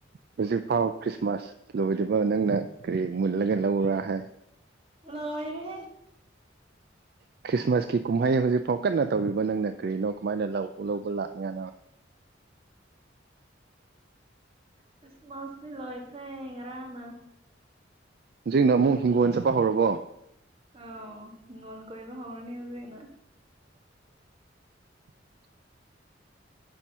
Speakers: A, on the right; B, on the right.
A: ꯍꯧꯖꯤꯛ ꯄꯥꯎ ꯃꯥꯁ ꯂꯣꯏꯗꯕ ꯅꯪꯅ ꯀꯔꯤ ꯃꯨꯜꯂꯒ ꯂꯧꯔꯥ ꯍꯥꯏ
B: ꯍꯅꯏꯅꯦ
A: ꯍ ꯈ꯭ꯔꯤꯁꯃꯥꯁꯀꯤ ꯀꯨꯝꯍꯩ ꯍꯧꯖꯤꯛꯐꯥꯎ ꯀꯟꯅ ꯇꯧꯔꯤꯕ ꯅꯪꯅ ꯀꯔꯤꯅꯣ ꯀꯃꯥꯏꯅ ꯂꯧꯕ ꯂꯥꯛꯅꯤꯅꯣ <inaudible>
B: ꯈ꯭ꯔꯤꯁꯃꯥꯁꯅꯤ ꯂꯣ ꯑꯩꯈ꯭ꯔꯦ ꯉꯔꯥꯡꯥꯡꯅ
A: ꯍꯧꯖꯤꯛꯅ ꯑꯃꯨꯛ ꯍꯤꯡꯒꯣꯜ ꯆꯠꯄ ꯍꯧꯔꯕꯣ
B: ꯑ ꯉꯣꯟ ꯀꯧꯕ ꯍꯔꯅꯤ ꯍꯧꯖꯅ
A: <inaudible>